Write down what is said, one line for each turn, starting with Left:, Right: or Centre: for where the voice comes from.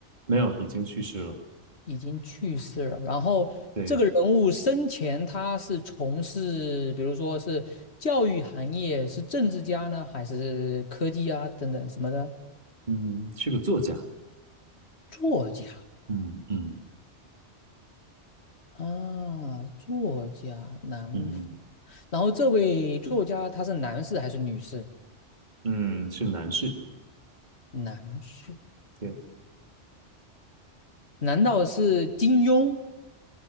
Right: 没有，已经去世了，
Left: 已经去世了。然后这个人物生前他是从事，
Right: 对，
Left: 比如说是教育行业，是政治家呢，还是科技啊等等什么的？
Right: 嗯，是个作家，
Left: 作家
Right: 嗯嗯
Left: 啊，作家男。
Right: 嗯
Left: 然后这位作家他是男士还是女士？
Right: 嗯，是男士，
Left: 男士。
Right: 对，
Left: 难道是金庸？